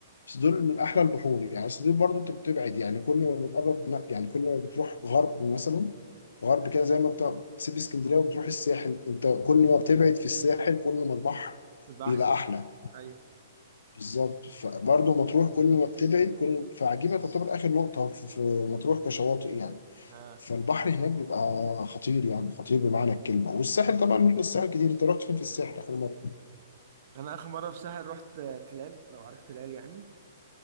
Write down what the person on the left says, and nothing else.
بس دول من احلى البحور يعني بس دي برضه انت بتبعد يعني كل ما بتقرب لا يعني كل ما بتروح غرب مثلا غرب كده زي ما بتاع بتسيب اسكندريه وبتروح الساحل انت كل ما بتبعد في الساحل كل ما البحر
بيبقى
احلى
بالظبط فبرضه مطروح كل ما بتبعد كل فعجيبه تعتبر اخر نقطه في في مطروح كشواطئ يعني
فالبحر هناك بيبقى خطير يعني خطير بمعنى الكلمة والساحل طبعا رحنا الساحل كتير انت رحت فين في الساحل آخر مرة؟